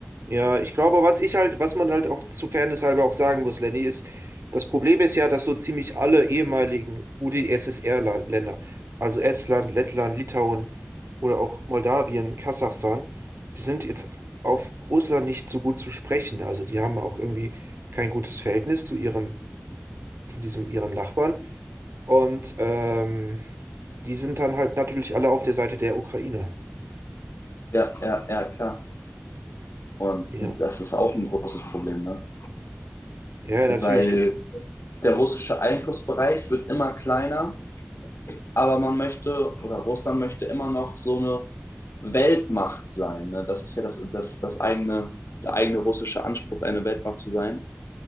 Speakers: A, on the right (about 70°); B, on the left (about 90°).
A: Ja, ich glaube, was ich halt, was man halt auch zu Fairness halber auch sagen muss, Lenny, ist, das Problem ist ja, dass so ziemlich alle ehemaligen UdSSR-Länder, also Estland, Lettland, Litauen oder auch Moldawien, Kasachstan, die sind jetzt auf Russland nicht so gut zu sprechen. Also die haben auch irgendwie kein gutes Verhältnis zu ihrem, zu diesem ihrem Nachbarn. Und ähm, die sind dann halt natürlich alle auf der Seite der Ukraine.
B: Ja, ja, ja, klar. Und
A: Ja,
B: das ist auch ein großes Problem, ne?
A: ja,
B: weil
A: natürlich. Du,
B: der russische Einflussbereich wird immer kleiner, aber man möchte oder Russland möchte immer noch so eine Weltmacht sein. Ne? Das ist ja das, das, das eigene, der eigene russische Anspruch, eine Weltmacht zu sein.